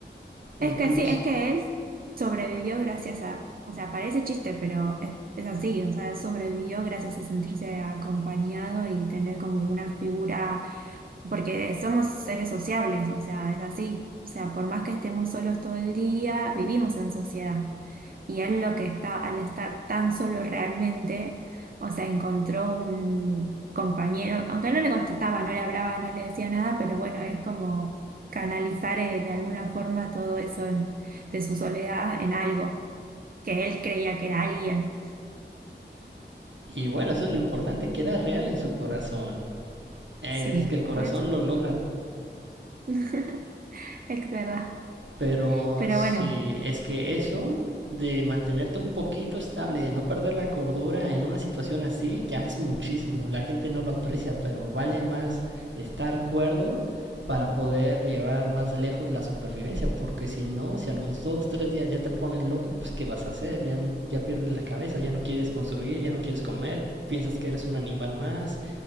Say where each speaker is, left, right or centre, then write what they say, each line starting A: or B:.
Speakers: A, on the right; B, on the right.
A: Incluso,
B: Es que sí, es que él sobrevivió gracias a, o sea, parece chiste, pero es, es así, o sea, él sobrevivió gracias a sentirse acompañado y tener como una figura porque somos seres sociables, o sea, es así. O sea, por más que estemos solos todo el día, vivimos en sociedad. Y él lo que está, al estar tan solo realmente, o sea, encontró un compañero, aunque no le contestaba, no le hablaba, no le decía nada, pero bueno, es como canalizar eh, de alguna forma todo eso en- de su soledad en algo que él creía que era alguien.
A: y bueno, eso es lo importante, que era real en su corazón. Es
B: Sí,
A: que el corazón
B: por eso.
A: lo logra,
B: <laughs> Es verdad.
A: pero
B: Pero
A: si
B: bueno.
A: es que eso de mantenerte un poquito estable, de no perder la cordura en una situación así, ya es muchísimo. La gente no lo aprecia, pero vale más estar cuerdo para poder llevar más lejos la supervivencia, porque si no, si a los dos, tres días ya te pones loco, pues ¿qué vas a hacer? Ya, ya pierdes la cabeza, ya no quieres construir, ya no quieres comer, piensas que eres un animal más,